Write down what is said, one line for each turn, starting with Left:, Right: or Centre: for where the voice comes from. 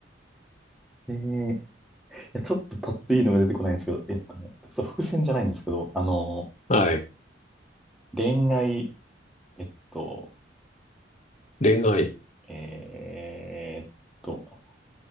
Centre: えー、いや、ちょっとパッといいのが出てこないんですけど、えっとね、ちょっと伏線じゃないんですけど、あの、
Left: はい。
Centre: 恋愛、えっと、
Left: 恋愛。
Centre: えーっと、